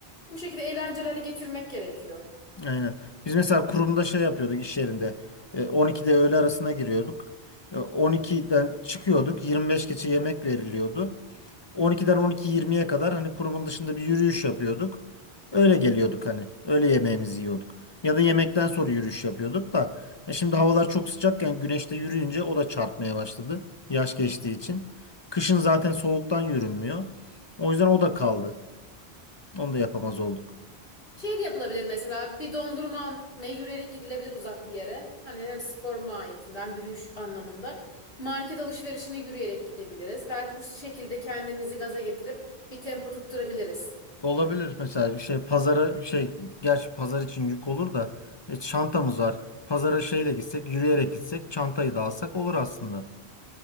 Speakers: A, on the left; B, on the left.
A: Bu şekilde eğlencelerle getirmek gerekiyor.
B: Aynen. Biz mesela kurumda şey yapıyorduk iş yerinde. E, 12'de öğle arasına giriyorduk. E, 12'den çıkıyorduk. 25 geçe yemek veriliyordu. 12'den 12.20'ye kadar hani kurumun dışında bir yürüyüş yapıyorduk. Öyle geliyorduk hani. Öyle yemeğimizi yiyorduk. Ya da yemekten sonra yürüyüş yapıyorduk da. E, şimdi havalar çok sıcakken güneşte yürüyünce o da çarpmaya başladı. Yaş geçtiği için. Kışın zaten soğuktan yürünmüyor. O yüzden o da kaldı. Onu da yapamaz olduk.
A: Şey de yapılabilir mesela bir dondurma almaya yürüyerek gidilebilir uzak bir yere. Hani hem spor mahiyetinde hem yürüyüş anlamında. Market alışverişine yürüyerek gidebiliriz. Belki bu şekilde kendimizi gaza getirip bir tempo tutturabiliriz.
B: Olabilir mesela şey pazara şey gerçi pazar için yük olur da e, çantamız var. Pazara şeyle gitsek yürüyerek gitsek çantayı da alsak olur aslında.